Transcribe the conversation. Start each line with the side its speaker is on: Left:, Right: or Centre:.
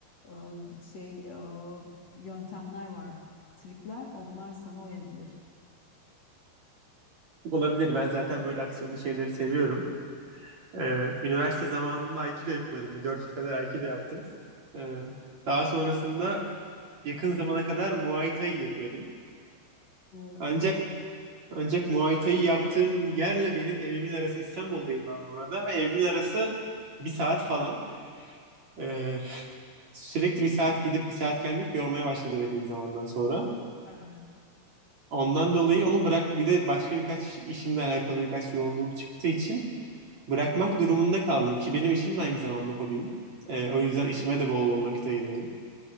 Left: e, şey e, yöntemler var. Trikler onlar sana uyabilir.
Right: olabilir? Ben zaten böyle aksiyonlu şeyleri seviyorum. Ee, üniversite zamanımda Aikido yapıyordum. Bir 4 yıl kadar Aikido yaptım. Ee, daha sonrasında yakın zamana kadar Muay Thai yapıyordum.
Left: Oo,
Right: Ancak Ancak Muay Thai yaptığım yerle benim evimin arası İstanbul'dayım ben bu arada ve evimin arası bir saat falan. Ee, sürekli bir saat gidip bir saat gelmek yormaya başladı belli bir zamandan sonra.
Left: evet.
Right: Ondan dolayı onu bırak bir de başka birkaç işimle alakalı birkaç yoğunluğum çıktığı için bırakmak durumunda kaldım ki benim işim de aynı zamanda hobim. Ee, o yüzden işime de bol bol vakit ayırıyorum.